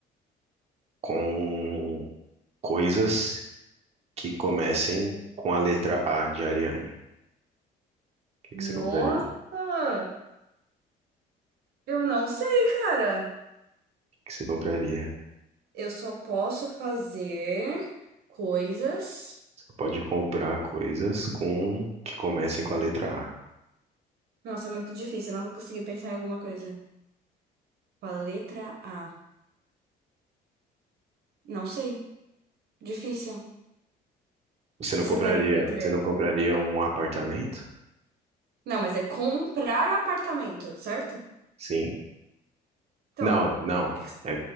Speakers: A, on the right; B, on the right.
A: com coisas que comecem com a letra A de Ariane. O que que
B: Nossa!
A: você compraria? O
B: Eu não sei, cara.
A: que que você compraria?
B: Eu só posso fazer coisas.
A: Você pode comprar coisas com que comecem com a letra A.
B: Nossa, é muito difícil. Eu não vou conseguir pensar em alguma coisa. Com a letra A. Não sei. Difícil. O
A: Você
B: que
A: não
B: que
A: compraria,
B: você faria com a letra
A: você
B: L?
A: não compraria um apartamento?
B: Não, mas é comprar um apartamento, certo?
A: Sim.
B: Então.
A: Não, não.
B: é que-
A: É,